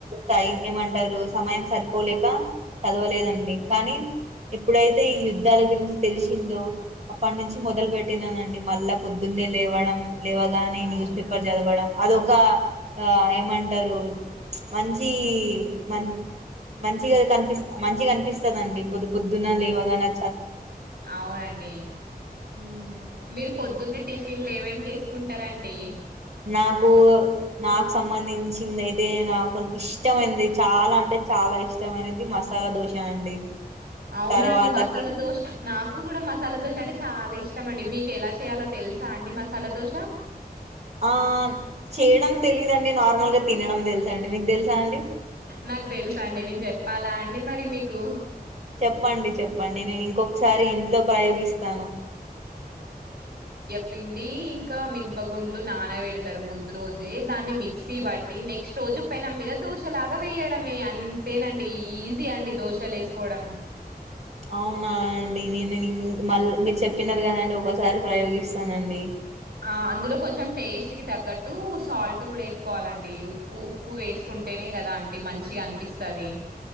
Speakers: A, on the right; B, on the right.
A: టైం ఏమంటారు సమయం సరిపోలేక చదవలేదండి కానీ ఎప్పుడైతే ఈ యూదు ద్ధాల గురించి తెలిసిందో అప్పటి నుంచి మొదలు పెట్టినానండి మల్ల పొద్దున్నే లేవడం లేవగానే న్యూస్
B: అవునా
A: పేపర్ చదవడం అదొ క్క ఏమంటారు మంచి మం మంచిగా కనిపిస్త మంచి అనిపిస్తదండి పొదుపు పొద్దున్న లేవగనే
B: అవునండి
A: ఉమ్
B: మీరు పొద్దున్నే టిఫిన్లు ఏమేమి చేసుకుంటార అండి
A: నాకు మాకు సంబంధించింది అయితే నాకు ఇష్టమైంది చాలా అంటే చాలా ఇష్టమైనది మసాలా దోశ అండి
B: అవునండి
A: తర్వాతకి
B: మసాలా దోశ నాకు కూడా మసాలా దోశ అంటే చాలా ఇష్ ఇష్టమండి మీకు ఎలా చేయాలో తెలుసా అండి మసాలా దోశ చెప్
A: ఆ చేయడం తెలీదండి నార్మల్ గా తినడం తెలుస అండి మీకు తెలుసా అండి
B: నాకు తెలుసా అండి నేను చెప్ప పలా అండి మరి మీకు
A: చెప్పండి చెప్పండి నేను ఇంకొక్ ఒకసారి ఇంట్లో ప్రయోగిస్తాను
B: పిండి ఇంకా మీనాపగుండ్లు నానబెడతారు ముందు రోజే దాన్ని మిక్సీ బట్టి నెక్స్ట్ రోజు పెనం మీద దోశలాగా వేయడమే అంతేనండి ఈజీ అండి దోశలు వేసుకోవడం
A: అవునా అండి నేను నింగ్ మళ్ మీరు చెప్పినారు కదా అండీ అ ఒకసారి ప్రయోగిస్తానండి
B: ఆ అందులో కొంచెం టేస్ట్ కి తగ్గట్ టు సాల్ట్ కూడా వేసుకోవాలండి ఉప్పు ఉప్పు వేసుకుంటేనే కదా అంటడి మంచిగా అనిపిస్తది